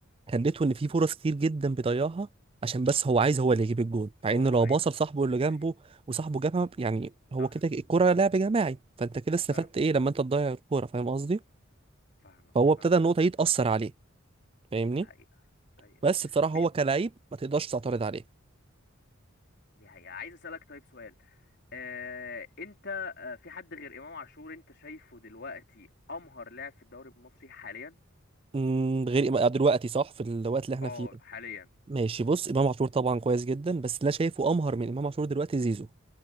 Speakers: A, on the right; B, on the left.
A: خليته
B: أه
A: ان في فرص كتير جدا بيضيعها عشان بس هو عايز هو اللي يجيب الجول مع
B: أه،
A: ان لو
B: عايز
A: باص لصاحبه
B: وقت.
A: اللي جنبه
B: أيوة
A: وصاحبه جابها يعني هو
B: صح
A: كده الكرة لعب جماعي فانت كده استفدت
B: فاهم
A: ايه لما انت تضيع الكرة فاهم قصدي
B: فاهمك
A: فهو ابتدى
B: فاهمك
A: النقطة دي تأثر عليه فاهمني
B: دي حقيقة أيوة
A: بس بصراحة هو
B: طيب
A: كلاعب ما تقدرش تعترض عليه
B: دي حقيقة عايز أسألك طيب سؤال آه، أنت آه، في حد غير إمام عاشور أنت شايفه دلوقتي أمهر لاعب في الدوري المصري حاليا؟
A: امم، غير إم- دلوقتي صح في الوقت اللي احنا
B: أه
A: فيه ده
B: حاليا
A: ماشي بص امام عاشور طبعا كويس جدا بس اللي انا شايفه امهر من امام عاشور دلوقتي زيزو